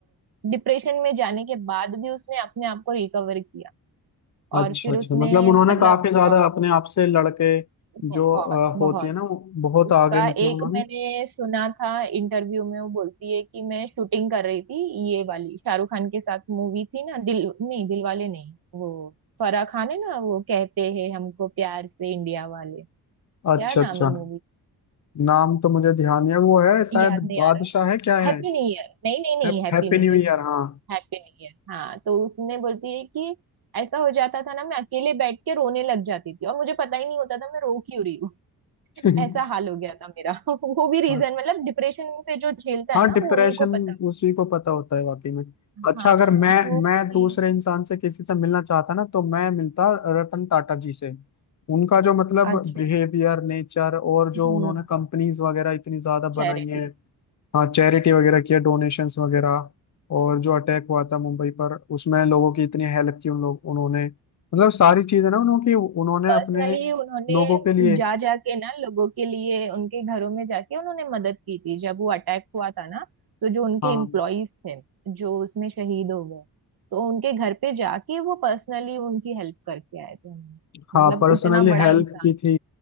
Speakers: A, on the right (about 65°); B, on the left (about 45°).
A: डिप्रेशन में जाने के बाद भी उसने अपने आप को रिकवर किया
B: अच्छा
A: और फिर
B: अच्छा
A: उसने
B: मतलब उन्होंने
A: मतलब
B: काफी ज्यादा
A: अ,
B: अपने आप से लड़के
A: बहुत
B: जो अ,
A: बहुत
B: होती है ना वो बहुत
A: उसका
B: आगे मतलब
A: एक
B: उन्होंने
A: मैंने सुना था इंटरव्यू में वो बोलती है कि मैं शूटिंग कर रही थी ये वाली शाहरुख खान के साथ मूवी थी ना दिल नहीं दिलवाले नहीं वो फराह खान है ना वो कहते हैं हमको प्यार से इंडिया वाले क्या
B: अच्छा
A: नाम
B: अच्छा
A: है मूवी
B: नाम तो मुझे ध्यान नहीं है वो है शायद
A: याद नहीं
B: बादशाह
A: आ रहा है
B: है क्या है
A: हैप्पी न्यू ईयर नहीं नहीं नहीं
B: हैप्पी
A: हैप्पी न्यू
B: न्यू
A: ईयर
B: ईयर हाँ
A: हैप्पी नहीं है हाँ तो उसने बोलती है कि ऐसा हो जाता था ना मैं अकेले बैठ के रोने लग जाती थी और मुझे पता ही नहीं होता था मैं रो क्यों रही हूँ <laughs>
B: <laughs>
A: ऐसा हाल हो गया था मेरा <laughs> वो भी रीजन
B: अच्छा
A: मतलब डिप्रेशन से जो झेलता है
B: हाँ
A: ना
B: डिप्रेशन
A: वो उन्हीं को पता
B: उसी को पता होता है वाकई में अच्छा
A: हाँ
B: अगर मैं
A: तो उसने-
B: मैं दूसरे इंसान से किसी से मिलना चाहता ना तो मैं मिलता रतन टाटा जी से उनका जो मतलब
A: अच्छा
B: बिहेवियर नेचर और जो
A: हम्म
B: उन्होंने कंपनीज वगैरह इतनी ज्यादा
A: चैरिटी
B: बनाई है हाँ चैरिटी वगैरह किया डोनेशंस वगैरह और जो अटैक हुआ था मुंबई पर उसमें लोगों की इतनी हेल्प की उन लोग उन्होंने मतलब सारी चीजें ना उन्होंने उन्होंने
A: पर्सनली
B: अपने
A: उन्होंने
B: लोगों के लिए
A: जा जाके ना लोगों के लिए उनके घरों में जाके उन्होंने मदद की थी जब वो अटैक हुआ था ना तो जो उनके
B: हाँ
A: एम्प्लॉयज थे जो उसमें शहीद हो गए तो उनके घर पे जाके वो पर्सनली उनकी हेल्प करके आए थे उन्होंने।
B: हाँ
A: मतलब
B: पर्सनली
A: उतना बड़ा
B: हेल्प
A: इंसान
B: की थी